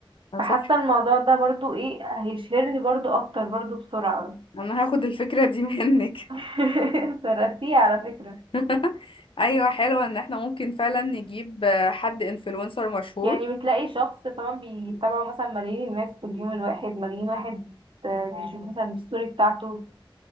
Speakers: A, on the right; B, on the left.
A: فحاسة
B: صح
A: الموضوع ده برضه ايه هيشهرني برضه أكتر برضه بسرعة
B: انا هاخد الفكرة دي منك
A: <laughs> ترقتيه على فكرة
B: <laughs> ايوه حلوة ان احنا ممكن فعلا نجيب آه، حد انفلونسر مشهور
A: يعني بتلاقي شخص فاهمة بيتابعه مثلا ملايين الناس في اليوم الواحد ملايين واحد آه، بيشوف مثلا الستوري بتاعته